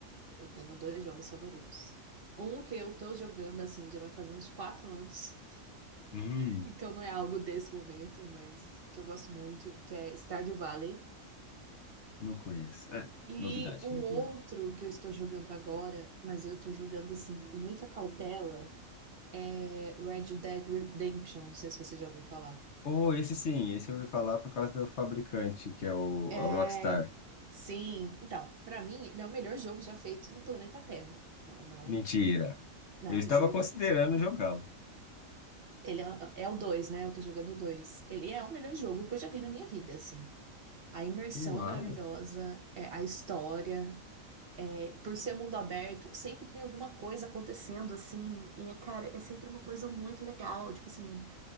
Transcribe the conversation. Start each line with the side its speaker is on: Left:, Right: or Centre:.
Right: eu tenho dois jogos favoritos. Um que eu tô jogando, assim, já vai fazer uns quatro anos. <laughs>
Left: hum,
Right: Então não é algo desse momento, mas que eu gosto muito, que é Stardew Valley.
Left: não conheço. É, novidade,
Right: E o
Left: não
Right: outro
Left: conheço.
Right: que eu estou jogando agora, mas eu tô jogando, assim, com muita cautela, é Red Dead Redemption. Não sei se você já ouviu falar.
Left: Oh, esse sim, esse eu ouvi falar por causa do fabricante, que é o,
Right: É...
Left: a Rockstar.
Right: Sim, então, pra mim, ele é o melhor jogo já feito no planeta Terra. Não, não
Left: Mentira.
Right: Não,
Left: Eu estava
Right: juro.
Left: considerando jogá-lo.
Right: Ele é, é o dois né? Eu tô jogando o dois Ele é o melhor jogo que eu já vi na minha vida, assim. A imersão
Left: Uau,
Right: é maravilhosa, é, a história, é, por ser um mundo aberto, sempre tem alguma coisa acontecendo, assim. E, é, cara, é sempre uma coisa muito legal. Tipo assim,